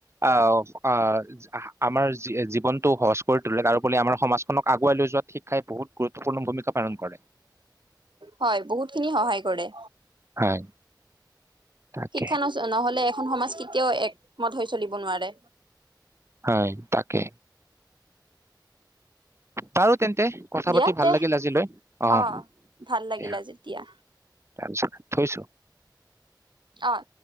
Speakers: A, on the right; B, on the right.
A: আহ আহ আমাৰ জীৱনটো সহজ কৰি তোলে তাৰোৰি আমাৰ সমাজখনক আগুৱাই লৈ যোৱাত শিক্ষাই বহুত গুৰুত্বপূৰ্ণ ভূমিকা পালন কৰে
B: হয় বহুত খিনি সহায় কৰে
A: হয় তাকে
B: শিক্ষা ন নহলে এখন সমাজ কেতিয়াও এক মত হৈ চলিব নোৱাৰে
A: হয় তাকে পাৰ তেন্তে কথা
B: দিয়া
A: পাতি ভাল
B: তে
A: লাগিল আজিলৈ আহয়া
B: অ ভাল লাগিল আজি দিয়া
A: তাৰপিছত থৈছো
B: অ